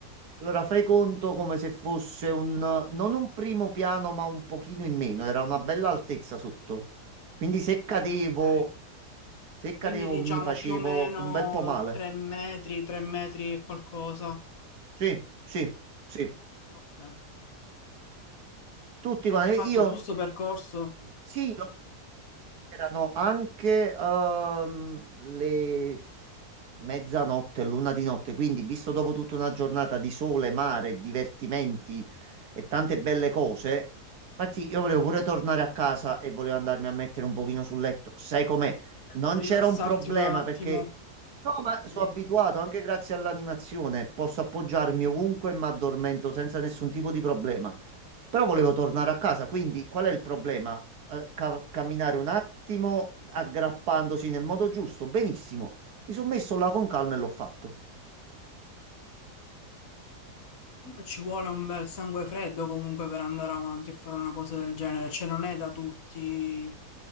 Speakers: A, on the right; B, on the left.
A: Allora, fai conto come se fosse un, non un primo piano, ma un pochino in meno, era una bella altezza sotto. Quindi se
B: Mm,
A: cadevo,
B: ok.
A: se
B: Quindi
A: cadevo
B: diciamo
A: mi facevo
B: più o meno
A: un bel po' male.
B: 3 metri, 3 metri e qualcosa.
A: Sì, sì, sì.
B: Ok.
A: Tutti quanti,
B: E l'hai fatto
A: io,
B: tu sto percorso?
A: sì, Erano anche ehm, le mezzanotte, l'una di notte, quindi visto dopo tutta una giornata di sole, mare, divertimenti e tante belle cose,
B: Mm,
A: Martì, io volevo pure tornare a casa e volevo andarmi a mettere un pochino sul letto. Sai com'è?
B: Certo,
A: Non
B: rilassarti
A: c'era un problema
B: un attimo.
A: perché no, ma
B: Sì,
A: sono abituato, anche grazie all'animazione, posso appoggiarmi ovunque e mi addormento senza nessun tipo di problema. Però volevo tornare
B: sì.
A: a casa, quindi qual è il problema? Eh, ca- camminare un attimo aggrappandosi nel modo giusto, benissimo. Mi sono messo là con calma e l'ho fatto.
B: Comunque ci vuole un bel sangue freddo comunque per andare avanti e fare una cosa del genere. Cioè non è da tutti